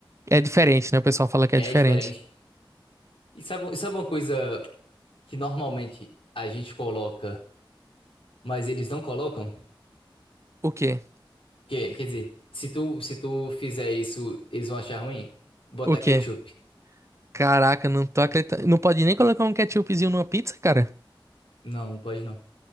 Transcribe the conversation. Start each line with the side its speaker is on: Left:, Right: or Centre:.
Right: É diferente, né? O pessoal fala que
Left: É
Right: é diferente.
Left: diferente. E sabe, sabe uma coisa que normalmente a gente coloca, mas eles não colocam?
Right: O quê?
Left: Que, quer dizer, se tu, se tu fizer isso, eles vão achar ruim? Botar
Right: O quê?
Left: ketchup.
Right: Caraca, não tô acreditando. Não pode nem colocar um ketchupzinho numa pizza, cara?
Left: Não, não pode não.